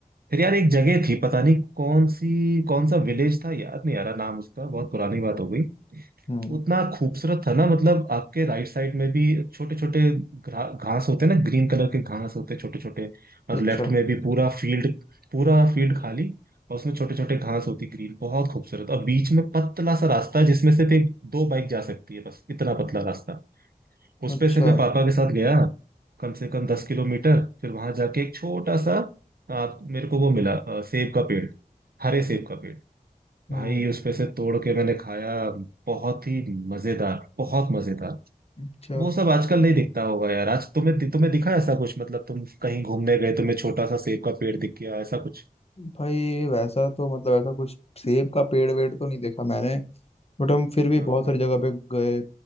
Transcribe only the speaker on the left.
हम्म
अच्छा
अच्छा
हम्म
अच्छा
भाई वैसा तो मतलब ऐसा कुछ सेब का पेड़ वेड़ तो नहीं देखा मैंने बट हम फिर भी
बहुत
सारी जगह पे गए